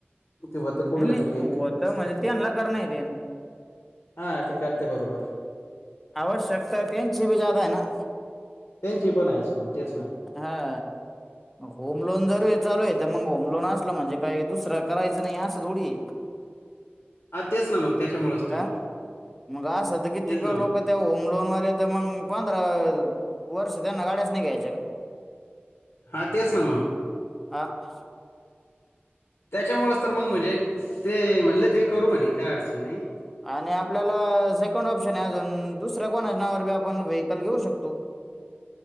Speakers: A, on the left (about 75°); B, in the centre.
A: ते व्हतं कुढलं
B: नाही नाही
A: तरी एक
B: होत
A: त्यांच
B: म्हणजे
A: काय नाय
B: त्यांना कर नाही देन
A: हा ते करते बरोबर.
B: आवश्यकता तेनची भी जादा आहे ना.
A: त्यांची पण आहेच ना मग तेच ना.
B: हा. होम लोन जरू आहे चालू आहे तर मग होम लोन असला म्हणजे काय दुसरं करायचं नाही असं थोडी. <inaudible>
A: हा तेच ना मग त्याच्यामुळेच
B: का
A: तर.
B: मग अस असत कितीक
A: तेच ना मग
B: लोक त्या होम लोनवाले तर मग पंधरा. वर्ष त्यांना गाड्याच नाही घ्यायच्य.
A: हां तेच ना मग.
B: हा.
A: त्याच्यामुळेच तर मग म्हणजे ते म्हणले ते करू म्हणे काय अडचण नाही.
B: आणि आपल्याला सेकंड ऑप्शन आहे अजून दुसऱ्या कोणानावर बी आपण व्हकल घेऊ शकतो.